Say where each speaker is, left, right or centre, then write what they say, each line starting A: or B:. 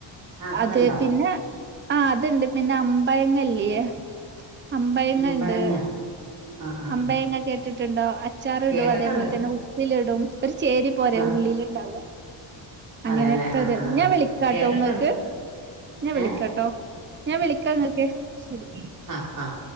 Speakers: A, on the right; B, on the right.
A: ആ
B: അത്
A: അതുണ്ടോ
B: പിന്ന ആഹ് അതുണ്ട് പിന്ന അമ്പഴങ്ങല്ല്യേ അമ്പഴങ്ങ
A: കുമ്പഴങ്ങ
B: ണ്ട്
A: ആ ആ
B: അമ്പഴങ്ങ
A: ആ
B: കേ ട്ടിട്ടുണ്ടോ അച്ചാർ ഇടും
A: കേട്ടിട്ടുണ്ട്
B: അതേപോലെ തന്നെ ഉപ്പിലിടും ഒരു ചേരി പോരെ
A: ആ
B: ഉള്ളില് ണ്ടാവുവ അങ്ങനത്തൊര്
A: അതെല്ലേ ആ ആ
B: ഞാൻ
A: ആ
B: വിളിക്കാട്ടോ
A: ആ കേട്ടിട്ടുണ്ട്
B: ങ്ങക്ക് ഞാൻ വിളിക്കാട്ടൊ
A: ഏ
B: ഞാൻ വിളിക്കാ ങ്ങക്ക് ശെരി
A: ആഹ് ആഹ്